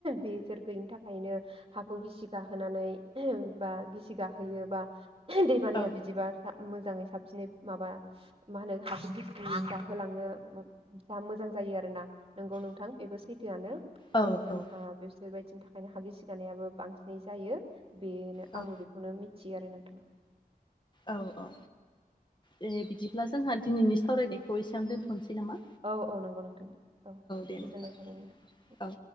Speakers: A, on the right; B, on the left.
A: बेसोर गैयिनि थाखायनो हाखौ गिसि गाहोनानै बा गिसि गाहोयो बा दैबानाया
B: औ
A: बिदिबा सा मोजाङै साब बिनि माबा मा होनो <unintelligible> गाखोलांनो मोजां जायो आरो ना नंगौ नोंथां बेबो सैथोआनो
B: औ
A: ओ जोंहा
B: औ
A: बिसोरबायदिनि थाखाय ओंखायनो हा गिसि गानायाबो बांसिनै जायो बेनो
B: औ
A: आंबो बे मिथियो आरो नोंथां
B: औ औ दे बिदिब्ला जोंहा दिनैनि सावरायनायखौ एसेयावनो दोनथ'नोसै नामा?
A: औ औ नंगौ नोंथां औ
B: दे
A: गोजोननाय
B: नोंथां
A: थाबाय नोंथां
B: औ